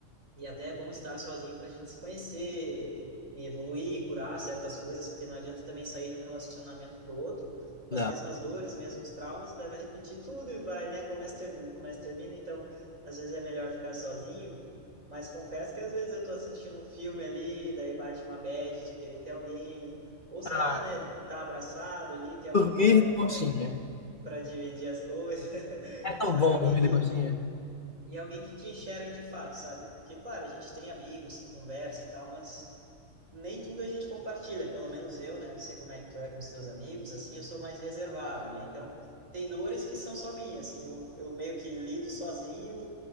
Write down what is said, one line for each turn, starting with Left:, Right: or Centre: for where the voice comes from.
Right: E até é bom estar sozinho para a gente se conhecer e evoluir, curar certas coisas, porque não adianta também sair de um relacionamento para o outro com
Left: Não.
Right: as mesmas dores, mesmos traumas, e daí vai repetir tudo e vai, né? Começa, termina, começa, termina. Então, às vezes é melhor ficar sozinho. Mas confesso que às vezes eu tô assistindo um filme ali, daí bate uma bad de querer ter alguém, ou sei
Left: Ah,
Right: lá, né? Tá abraçado ali, ter alguém
Left: dormir
Right: para
Left: de conchinha.
Right: para dividir as coisas, <laughs>
Left: É tão
Right: sabe?
Left: bom
Right: Alguém
Left: dormir
Right: que
Left: de conchinha.
Right: e alguém que te enxergue de fato, sabe? Porque, claro, a gente tem amigos que conversa e tal, mas nem tudo a gente compartilha, pelo menos eu, né? Não sei como é que tu é com os teus amigos, assim, eu sou mais reservado, né? Então, tem dores que são só minhas, que eu, eu meio que lido sozinho